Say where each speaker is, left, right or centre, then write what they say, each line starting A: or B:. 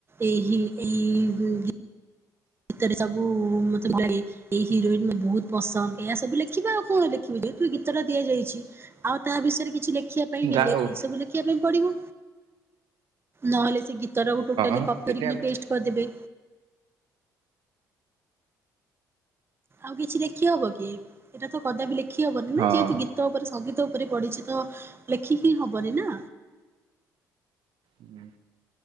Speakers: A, on the right (about 25°); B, on the right (about 65°).
A: ଏଇ ହି ଏଇ ଗୁ ଗୀ ତରେ ସବୁ ମତେ ଭଲ ଲାଗେ। ଏଇ ହିରୋଇନ୍ ମତେ ବୋହୁତ ପସନ୍ଦ ଏଇଆ ସବୁ ଲେଖିବେ ଆଉ କଣ ଲେଖିବେ ଯେ ଗୀ ତଟା ଦିଆଯାଇଛି ଆଉ ତା ବିଷୟରେ କିଛି ଲେଖିଆ ପାଇଁ
B: ଯାହା
A: ହେଲେ
B: ହଉ
A: ଏଇ ସବୁ ଲେ ଖିଆ ପାଇଁ ପଡିବ ନହେଲେ ସେ ଗୀତଟାକୁ ଟୋଟାଲି
B: ହଁ
A: କପି
B: ସେଇଟା
A: କରିକିନା
B: ଆଉ
A: ପେଷ୍ଟ କରିଦେବେ। ଆଉ କିଛି ଲେଖି ହବକି ଏଇଟା ତ କଦାପି ଲେଖି ହବନି ନା
B: ହଁ।
A: ଯେହେତୁ ଗୀ ତ ଉପରେ ସଙ୍ଗୀତ ଉପରେ ପଢିଛି ତ ଲେଖି ହିଁ ହବନି ନା।
B: ହୁଁ।